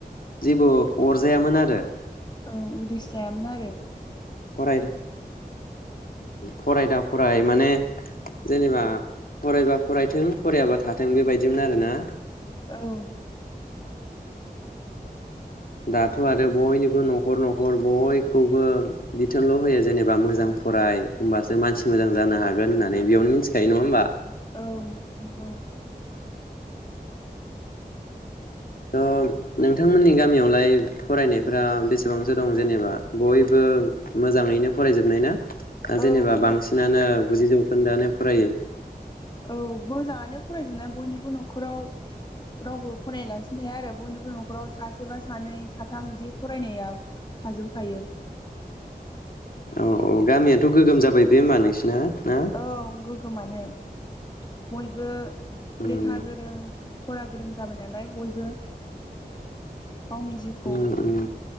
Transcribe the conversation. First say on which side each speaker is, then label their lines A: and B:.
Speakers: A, on the left; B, on the left.
A: जेबो अरजायामोन आरो
B: औ उदिस लायामोन आरो
A: फरायदा फरायदा फराय माने जेनेबा फरायबा फरायथों फरायाबा थाथों बेबायदिमोन आरोना
B: औ
A: दाथ आरो बयनिबो नखर नखर बयखौबो बिथोनल होयो जेनेबा मोजां फराय होनबासो मानसि मोजां जानो हागोन होननानै बेयावनो मिथिखायो नङा होमबा
B: औ नंगौ
A: थ नोंथांमोननि गामियावलाय फरायनायफोरा बेसेबांसो दं जेनेबा बयबो मोजाङैनो फरायजोबनाय ना दा
B: औ
A: जेनेबा
B: मो
A: बांसिनानो बुजिजोबखोन <unintelligible> दानो फरायो
B: औ मोजाङानो फरायजोबनाय बयनिबो नखराव रावबो फरायलासिनो थाया आरो बयनिबो नखराव सासे बा सानै साथाम बिदि फरायनाया थाजोबखायो
A: औ औ गामियाथ गोगोम जाबाय बे होमबा नोंसिना ना
B: औ गोग्गोमानो बयबो
A: उम
B: लेखा गोरों फरा गोरों जाबाय नालाय बयबो गावनि जिउखौ
A: उम उम